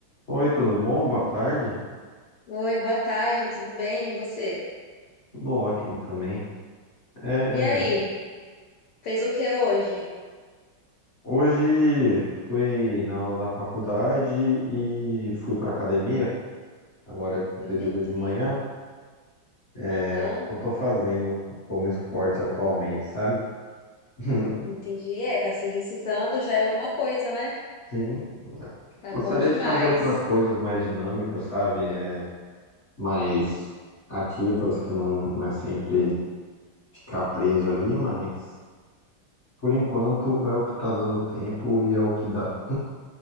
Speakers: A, on the left (about 40°); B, on the left (about 85°).
A: Oi, tudo bom? Boa tarde.
B: Oi, boa tarde, tudo bem? E você?
A: Tudo ótimo também. É,
B: E aí, fez o que hoje?
A: hoje fui na aula da faculdade e fui para academia. Agora é no
B: Entendi.
A: período de manhã. É,
B: Aham,
A: o que eu tô fazendo como esporte atualmente, sabe? <laughs>
B: entendi. É, tá se exercitando já é alguma coisa, né?
A: Sim.
B: Tá
A: Gostaria
B: bom demais.
A: de fazer outras coisas mais dinâmicas, sabe? É, mais ativas, que não, não é sempre ficar preso ali, mas por enquanto é o que tá dando tempo e é o que dá.